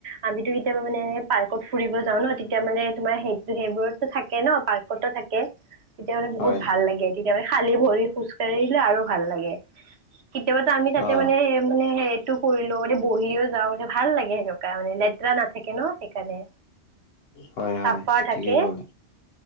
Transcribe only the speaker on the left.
হয়
অ
হয়
হয়
ঠিকেই ক'লে